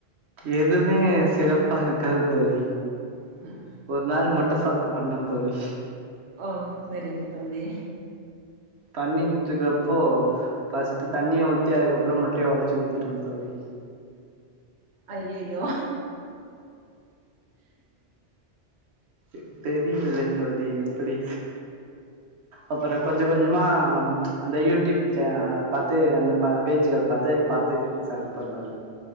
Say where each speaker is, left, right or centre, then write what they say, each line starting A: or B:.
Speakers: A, on the right; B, on the right.
A: எதுமே சிறப்பா இருக்காது தோழி
B: ம்
A: ஒரு நாள் முட்ட சாதம் பண்ணம் தோழி
B: ஓ செரிங்க தம்பி
A: பண்ணிக்கிட்டு இருக்குறப்போ ஃபஸ்ட்டு தண்ணிய ஊத்தி அதுக்கப்பற முட்டய ஒடைச்சு ஊத்திட்டம் தோழி
B: ஐயையோ
A: எ தெரியவில்ல தோழி எப்பிடி அப்பற கொஞ்ச கொஞ்சமா அந்த யூடியூப் சேனல் பாத்து அந்த ப பேஜூகள பாத்து பாத்து சமைப்போ தோழி